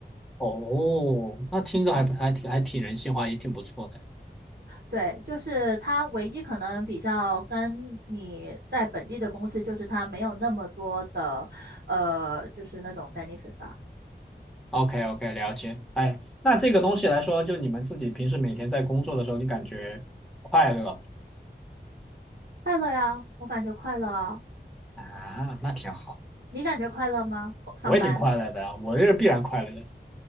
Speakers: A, in the centre; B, on the right.
A: 哦，那听着还不还挺还挺人性化，也挺不错的。
B: 对，就是它唯一可能比较跟你在本地的公司，就是它没有那么多的呃就是那种 benefit 吧。
A: OK OK，了解。哎，那这个东西来说，就你们自己平时每天在工作的时候，你感觉快乐吗
B: 快乐呀，我感觉快乐啊。
A: 啊？那挺好，
B: 你感觉快乐吗？上班？
A: 我也挺快乐的啊，我这是必然快乐的。